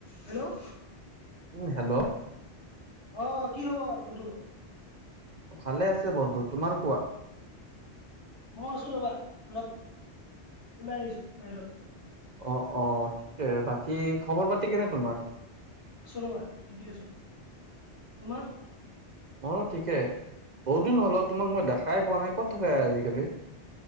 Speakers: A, on the left; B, on the right.
A: Hello
B: উম hello
A: অ' কি খবৰ বন্ধু
B: ভালে আছে বন্ধু তোমাৰ কোৱা
A: ময়ো আছো ৰবা অলপ ওলাই আহিছো বাহিৰত
B: অ' অ' ঠিকে বাকী খবৰ পাতি কেনে তোমাৰ
A: আছো ৰবা ঠিকে আছো তোমাৰ
B: ময়ো ঠিকে বহুত দিন হল অ' তোমাক মই দেখাই পোৱা নাই ক'ত থাকা আজিকালি